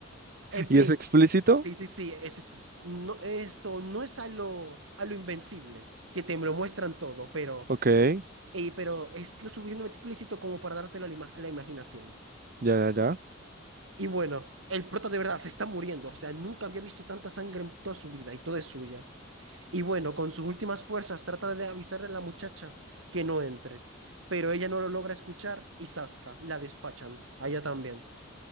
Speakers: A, on the right; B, on the right.
A: En
B: ¿Y
A: fin,
B: es explícito?
A: sí, sí, sí. es- no, esto no es a lo, a lo invencible, que te lo muestran todo, pero,
B: Ok, ya,
A: eh, pero es lo suficientemente explícito como para dártelo a la, ima- a la imaginación.
B: ya, ya.
A: Y bueno, el prota de verdad se está muriendo. O sea, nunca había visto tanta sangre en toda su vida y toda es suya. Y bueno, con sus últimas fuerzas trata de avisarle a la muchacha que no entre, pero ella no lo logra escuchar y zasca, la despachan, a ella también.